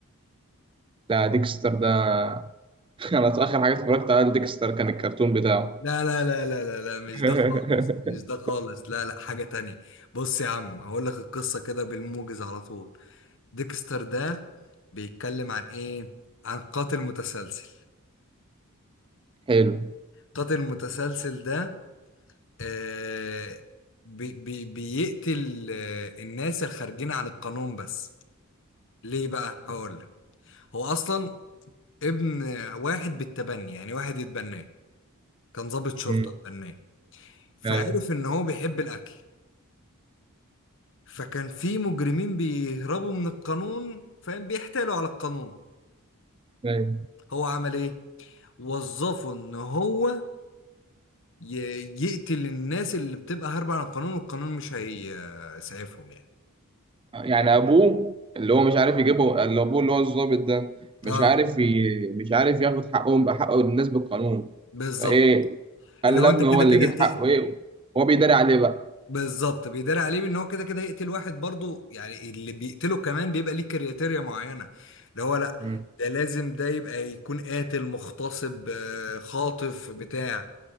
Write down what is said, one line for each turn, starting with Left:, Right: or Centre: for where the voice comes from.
Right: لا ديكستر ده <laughs> أنا آخر حاجة اتفرجت على ديكستر كان الكرتون بتاعه
Left: لا لا لا لا لا لا مش
Right: <laughs>
Left: ده خالص مش ده خالص لا لا حاجة تانية بص يا عم هقول لك القصة كده بالموجز على طول ديكستر ده بيتكلم عن ايه عن قاتل متسلسل
Right: حلو
Left: قاتل متسلسل ده آه بي بي بيقتل آه الناس الخارجين عن القانون بس ليه بقى هقول لك هو اصلا ابن واحد بالتبني يعني واحد اتبناه كان ضابط شرطة
Right: مم.
Left: اتبناه فعرف
Right: أيوه
Left: ان هو بيحب الاكل فكان في مجرمين بيهربوا من القانون فاهم بيحتالوا على القانون
Right: أيوه
Left: هو عمل ايه وظفه ان هو ي- يقتل الناس اللي بتبقى هاربة عن القانون والقانون مش هيسعفهم يعني
Right: يعني ابوه اللي هو مش عارف يجيبه اللي ابوه اللي هو الضابط ده مش
Left: اه
Right: عارف ي... مش عارف ياخد حقهم بحق الناس بالقانون
Left: بالظبط
Right: فايه خلى
Left: اللي هو
Right: ابنه
Left: انت كده
Right: هو اللي
Left: كده
Right: يجيب
Left: هتقتل
Right: حقه ايه هو بيداري عليه بقى
Left: بالظبط بيداري عليه ان هو كده كده يقتل واحد برضو يعني اللي بيقتله كمان بيبقى ليه كرياتيريا معينة اللي هو لا
Right: مم.
Left: ده لازم ده يبقى يكون قاتل مغتصب آه، خاطف بتاع